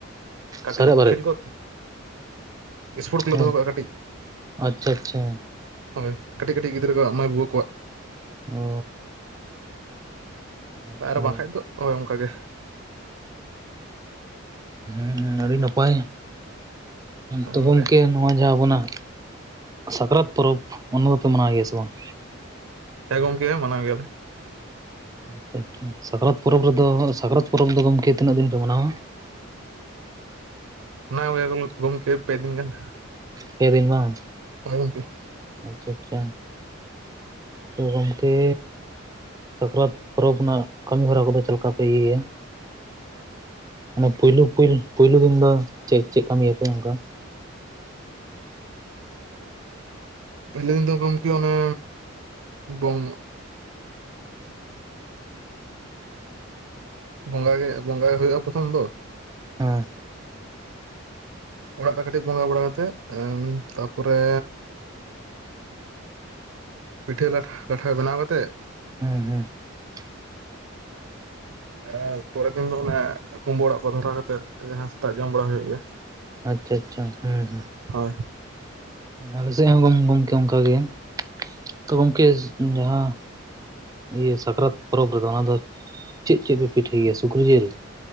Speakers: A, on the right (about 80°); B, on the right (about 15°).
A: ᱠᱟᱹᱴᱤᱡ
B: ᱥᱟᱨᱮᱡ ᱵᱟᱨᱮᱡ
A: ᱠᱷᱮᱞ ᱠᱚ ᱥᱯᱳᱨᱴ ᱠᱚᱞᱮ
B: ᱦᱮᱸ
A: ᱫᱚᱦᱚ ᱠᱟᱜ-ᱟ ᱠᱟᱹᱴᱤᱡ᱾
B: ᱟᱪᱪᱷᱟ ᱟᱪᱪᱷᱟ
A: ᱦᱳᱭ ᱠᱟᱹᱴᱤᱡ ᱠᱟᱹᱴᱤᱡ ᱜᱤᱫᱽᱨᱟᱹ ᱠᱚᱣᱟᱜ ᱢᱟᱹᱭ ᱵᱟᱹᱵᱩ ᱠᱚᱣᱟᱜ᱾
B: ᱚ᱾ ᱟᱪᱪᱷᱟ
A: ᱟᱨ ᱵᱟᱝᱠᱟᱱᱡ ᱫᱚ ᱦᱳᱭ ᱚᱱᱠᱟ ᱜᱮ᱾
B: ᱦᱮᱸ ᱦᱮᱸ ᱟᱹᱰᱤ ᱱᱟᱯᱟᱭᱚ,
A: ᱜᱚᱝᱠᱮ
B: ᱛᱚ ᱜᱚᱢᱠᱮ ᱱᱚᱣᱟ ᱡᱟᱦᱟᱸ ᱟᱵᱚᱱᱟᱜ ᱥᱠᱨᱟᱛ ᱯᱚᱨᱚᱵᱯ ᱚᱱᱟ ᱫᱚ ᱯᱮ ᱢᱟᱱᱟᱣ ᱜᱮᱭᱟ ᱥᱮ ᱵᱟᱝ?
A: ᱦᱮᱸ ᱜᱚᱢᱠᱮ ᱢᱟᱱᱟᱣ ᱜᱮᱭᱟᱞᱮ᱾
B: ᱟᱪᱪᱷᱟ ᱟᱪᱪᱷᱟ ᱥᱟᱠᱨᱟᱛ ᱯᱚᱨᱚᱵᱽ ᱨᱮᱫᱚ ᱥᱟᱠᱨᱟᱛ ᱯᱚᱨᱚᱵᱽ ᱫᱚ ᱜᱚᱢᱠᱮ ᱛᱤᱱᱟᱹᱜ ᱫᱤᱱ ᱯᱮ ᱢᱟᱱᱟᱣᱟ?
A: ᱚᱱᱟ ᱠᱚᱜᱮ ᱜᱚᱢᱠᱮ ᱯᱮ ᱫᱤᱱ ᱜᱟᱱ᱾
B: ᱯᱮ ᱫᱤᱱ ᱵᱟᱝ?
A: ᱦᱳᱭ ᱜᱚᱝᱠᱮ ᱾
B: ᱟᱪᱪᱷᱟ ᱟᱪᱪᱷᱟ ᱛᱚ ᱜᱚᱢᱠᱮ ᱥᱟᱠᱨᱟᱛ ᱯᱚᱨᱚᱵᱽ ᱨᱮᱱᱟᱜ ᱠᱟᱹᱢᱤ ᱦᱚᱨᱟ ᱠᱚᱫᱚ ᱪᱮᱫ ᱞᱮᱠᱟ ᱯᱮ ᱤᱭᱟᱹᱭᱟ? ᱚᱱᱮ ᱯᱩᱭᱞᱩ ᱯᱩᱭ ᱯᱩᱭᱞᱩ ᱫᱤᱱ ᱫᱚ ᱪᱮᱫ ᱠᱟᱹᱢᱤᱭᱟᱯᱮ ᱚᱱᱠᱟ?
A: ᱯᱚᱭᱞᱳ ᱫᱤᱱ ᱫᱚ ᱜᱚᱢᱠᱮ ᱚᱱᱮ ᱵᱚᱝ ᱵᱚᱸᱜᱟ ᱜᱮ ᱵᱚᱸᱜᱟᱭ ᱦᱩᱭᱩᱜᱼᱟ ᱯᱚᱛᱷᱚᱢ ᱫᱚ,
B: ᱦᱮᱸ᱾
A: ᱚᱲᱟᱜ ᱨᱮ ᱠᱟᱹᱴᱤᱡ ᱵᱚᱸᱜᱟ ᱵᱟᱲᱟ ᱠᱟᱛᱮᱜ ᱛᱟᱯᱚᱨᱮ ᱯᱤᱴᱷᱟᱹ ᱞᱟᱴᱷᱟ ᱞᱟᱴᱷᱟ ᱵᱮᱱᱟᱣ ᱠᱟᱛᱮᱫ
B: <unintelligible>
A: ᱟᱨ ᱯᱚᱨᱮᱨ ᱫᱤᱱ ᱫᱚ ᱚᱱᱮ ᱠᱩᱢᱵᱳ ᱚᱲᱟᱜ ᱠᱚ ᱫᱷᱚᱨᱟ ᱠᱟᱛᱮᱝ <unintelligible> ᱡᱟᱦᱟᱸ ᱥᱮᱛᱟᱜ ᱡᱚᱢ ᱦᱩᱭᱩᱜ ᱜᱮᱭᱟ᱾
B: ᱟᱪᱪᱷᱟ ᱟᱪᱪᱷᱟ ᱦᱩᱸ ᱦᱮᱸ᱾
A: ᱦᱳᱭ᱾
B: ᱟᱞᱮ ᱥᱮᱫ ᱦᱚᱸ ᱜᱚᱢ ᱜᱚᱝᱠᱮ ᱚᱱᱠᱟ ᱜᱮ᱾ ᱛᱚ ᱜᱚᱝᱠᱮ ᱡᱟᱦᱟᱸ ᱤᱭᱟᱹ ᱥᱟᱠᱨᱟᱛ ᱯᱚᱨᱚᱵᱽ ᱨᱮᱫᱚ ᱚᱱᱟ ᱫᱚ ᱪᱮᱫ ᱪᱮᱫ ᱯᱮ ᱯᱤᱴᱷᱟᱹᱭ ᱜᱮᱭᱟ? ᱥᱩᱠᱨᱤ ᱡᱤᱞ,